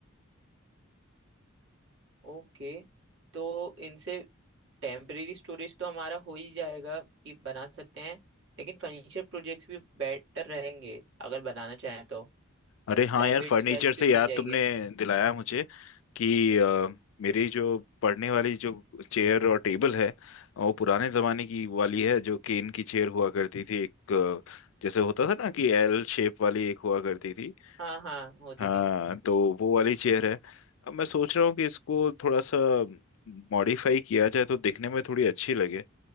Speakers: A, on the right; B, on the left.
A: ओके तो इनसे टेम्परेरी स्टोरेज तो हमारा हो ही जाएगा कि बना सकते हैं लेकिन फर्नीचर प्रोजेक्ट्स भी बेटर रहेंगे अगर बनाना चाहें तो
B: अरे हाँ
A: लाइट
B: यार
A: वेट
B: फर्नीचर
A: सेल्स
B: से
A: भी बन
B: याद
A: जाएंगे
B: तुमने दिलाया मुझे कि अ, मेरी जो पढ़ने वाली जो चेयर और टेबल है वो पुराने जमाने की वाली है जो केन की चेयर हुआ करती थी एक अ, जैसे होता था ना कि एल शेप वाली एक हुआ करती थी
A: हाँ हाँ होती
B: हाँ
A: थी
B: तो वो वाली चेयर है अब मैं सोच रहा हूँ कि इसको थोड़ा सा मॉडिफाई किया जाए तो दिखने में थोड़ी अच्छी लगे